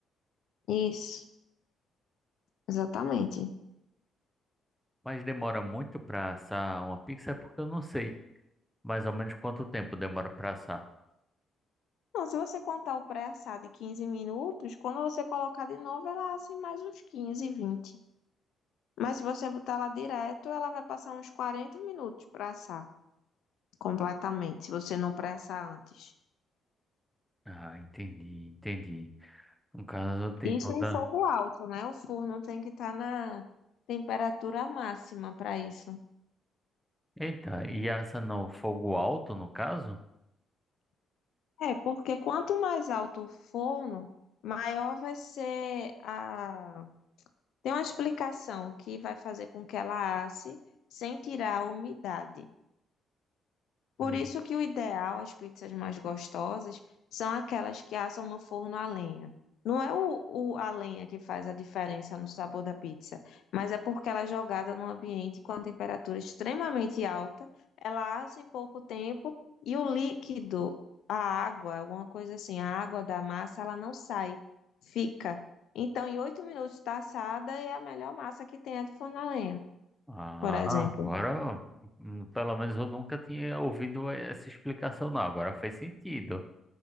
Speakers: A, on the left; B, in the centre.
A: Isso, exatamente.
B: Mas demora muito para assar uma pizza, é porque eu não sei mais ou menos quanto tempo demora para assar.
A: Não, se você contar o pré-assar de 15 minutos, quando você colocar de novo, ela assa em mais uns 15, 20. Mas se você botar ela direto, ela vai passar uns 40 minutos para assar completamente, se você não pré-assar antes.
B: Ah, entendi, entendi. No caso, tem
A: Isso
B: toda.
A: em fogo alto, né? O forno tem que estar na temperatura máxima para isso.
B: Eita, e essa no fogo alto, no caso?
A: É, porque quanto mais alto o forno, maior vai ser a. Tem uma explicação que vai fazer com que ela asse sem tirar a umidade. Por
B: Hum.
A: isso que o ideal, as pizzas mais gostosas, são aquelas que assam no forno a lenha. Não é o, o- a lenha que faz a diferença no sabor da pizza, mas é porque ela é jogada num ambiente com a temperatura extremamente alta, ela assa em pouco tempo e o líquido, a água, alguma coisa assim, a água da massa, ela não sai, fica. Então, em oito minutos está assada e é a melhor massa que tem a de forno a lenha,
B: Ah,
A: por exemplo.
B: agora, hum, pelo menos eu nunca tinha ouvido essa explicação, não. Agora faz sentido.